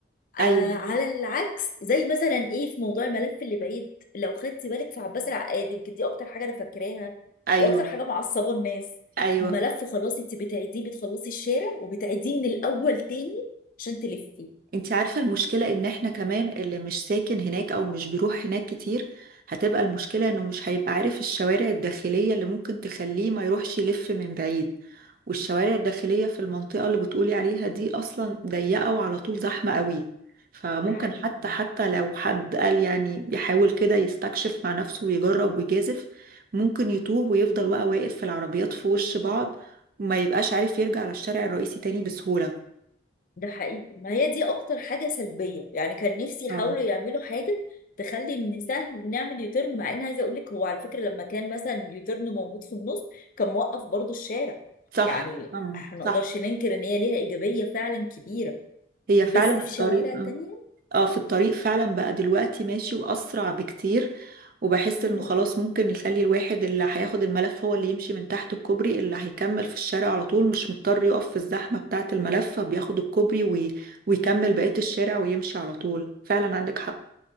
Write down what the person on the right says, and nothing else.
ايوه
ايوه
ايوه
انت عارفة المشكلة ان احنا كمان اللي مش ساكن هناك او مش بيروح هناك كتير هتبقى المشكلة انه مش هيبقى عارف الشوارع الداخلية اللي ممكن تخليه ما يروحش يلف من بعيد والشوارع الداخلية في المنطقة اللي بتقولي عليها دي اصلا ضيقة وعلى طول زحمة قوي فممكن
حتى حتى لو حد قال يعني يحاول كده يستكشف مع نفسه ويجرب ويجازف ممكن يتوه ويفضل بقى واقف في العربيات في وش بعض وما يبقاش عارف يرجع للشارع الرئيسي تاني بسهولة
اه
صح
أم،
صح
هي فعلا
الطريق
أم، اه في الطريق فعلا بقى دلوقتي ماشي واسرع بكتير وبحس
انه خلاص ممكن يخلي الواحد اللي هياخد الملف هو اللي يمشي من تحت الكوبري اللي هيكمل في الشارع على طول مش مضطر يقف في الزحمة بتاعة الملف فبياخد الكوبري وي... ويكمل بقية الشارع ويمشي على طول فعلا عندك حق